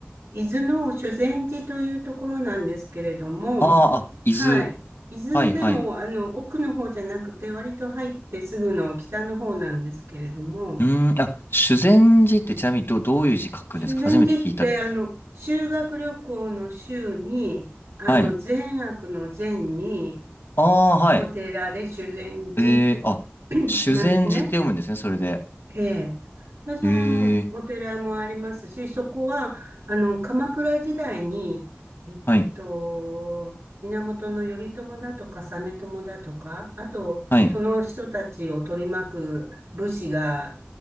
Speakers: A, on the right; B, on the left.
A: 伊豆の修善寺というところなんですけれども、
B: ああ、あ、伊豆。
A: はい。伊豆でも、
B: はい、はい。
A: あの、奥の方じゃなくて、割と入ってすぐの北の方なんですけれども、
B: うーん、あ、修善寺ってちなみにど、どういう字書くんですか初めて聞いた気がする。
A: 修善寺って、あの、修学旅行の修に、あの、
B: はい。
A: 善悪の善に、
B: ああ、はい。
A: お寺で修善寺
B: えー、あ、修善寺って読むんですね、
A: なんですね。
B: それで。
A: ええ。で、そのお寺もありますし、
B: えー、
A: そこは、あの、鎌倉時代に、えっと、
B: はい、
A: 源頼朝だとか実朝だとか、あと、
B: はい。
A: その人たちを取り巻く武士が